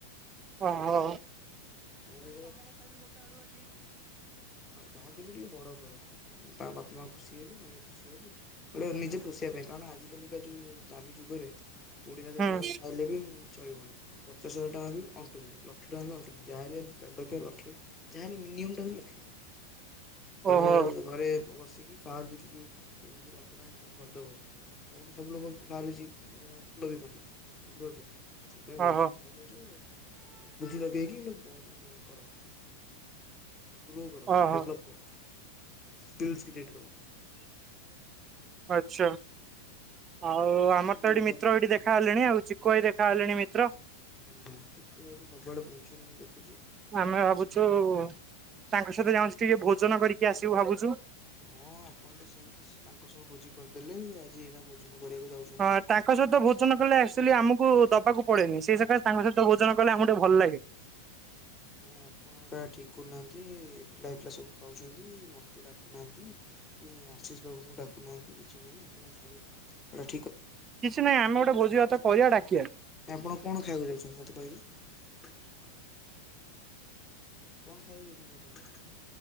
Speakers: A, on the right; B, on the left.
A: ଓ ହୋ।
B: ମୁଁ <unintelligible> ହଁ ଯାହା କରିବ ଟିକେ ବଡ କର। ତାଙ୍କ ବାପା ମା ଖୁସି ହେବେ ତମେ ଖୁସି ହବ ନିଜେ ପୋଷିଆ ପାଇଁ କାରଣ ଆଜି ଅକାଳିକା ଯୋଉ ଦାମୀ ଯୁଗରେ କୋଡିଏ ହଜାର
A: ହୁଁ
B: ଟଙ୍କା ପାଇଲେ ବି ଚଳିବନି। ପଚାଶ ହଜାର ଟଙ୍କା ବି ଅଣ୍ଟୁନି। ଲକ୍ଷେ ଟଙ୍କା ବି ଅଣ୍ଟୁନି। ଯାହାହେଲେ ଦଣ୍ଡକେ ଲକ୍ଷେ ଯାହାହେଲେ ମିନିମମ୍ ଟା ହଉଚି ଲକ୍ଷେ। ତମେ
A: ଓହୋ
B: ଘରେ ବସିକି ଇ ଫାର୍ମ ବିକିକି ଯଦି ଲକ୍ଷେ ଟଙ୍କା ଇନକମ୍ କରିଦବ ତାହେଲେ ତ ସବୁ ଲୋକ ଫାର୍ମ <unintelligible> ରହିଥାନ୍ତା। ବୁଝିପାରୁଚ। ସେଥିପାଇଁ କହୁଚି
A: ଓହୋ
B: ଯାହା କରୁଚ ଗୋଟେ ବୁଦ୍ଧି ଲଗେଇକି <unintelligible> କର ଗ୍ରୋ କର।
A: ଓହୋ।
B: ଡେଭଲପ୍ କର। ସ୍କିିଲ୍ସ କ୍ରିଏଟ କର।
A: ଆଚ୍ଛା। ଆଉ
B: ନହେଲେ ଆଗକୁ
A: ଆମର ତ
B: ବହୁତ
A: ଏଠି ମିତ୍ର
B: ହଇରାଣ
A: ଏଇଠି
B: ହବ
A: ଦେଖାହେଲେଣି ଆଉ ଚିକୁ ଭାଇ ଦେଖା ହେଲେଣି ମିତ୍ର।
B: ହୁଁ ହୁଁ ଚିକୁ ଭାଇ ତ ସବୁଆଡେ ବୁଲୁଛନ୍ତି ମୁଁ ଦେଖ
A: ଆମେ ଭାବୁଛୁ ତାଙ୍କ ସହିତ ଯାଉଁଛୁ ଟିକେ ଭୋଜନ କରିକି ଆସିବୁ ଭାବୁଛୁ।
B: ହଁ ଆପଣ ତ ସେମିତି ସେ ତାଙ୍କ ସହ ଭୋଜି କରିଦେଲେ। ଆଜି ଏଇନା ଭୋଜନ କରିବାକୁ ଯାଉଛନ୍ତି
A: ହଁ ତାଙ୍କ ସହିତ ଭୋଜନ କଲେ ଆକ୍ଚୁଆଲି ଆମକୁ ଦବାକୁ ପଡେନି ସେଇ ସକାଶ ତାଙ୍କ ସହିତ ଭୋଜନ କଲେ ଆମକୁ ଟିକେ ଭଲ ଲାଗେ।
B: ନାଇଁ ଆପଣ ଏଗୁଡା ଠିକ କରୁନାହାନ୍ତି। ଏକଲା ଏକଲା ସବୁ ଖାଉଛନ୍ତି ମତେ ଡାକୁନାହାନ୍ତି। କି ଆଶିଷ ବାବୁଙ୍କୁ ଡାକୁନାହାନ୍ତି କିଛି ନାହିଁ ଆପଣ ସବୁ। <unintelligible>
A: କିଛି ନାଇଁ ଆମେ ଗୋଟେ ଭୋଜି ଭାତ କରିବା ଡାକିଆ।
B: ଆପଣ କଣ ଖାଇବାକୁ ଯାଉଚନ୍ତି ମତେ କହିଲେ। କଣ ଖାଇବାକୁ ଯାଉଚନ୍ତି ଆପଣ?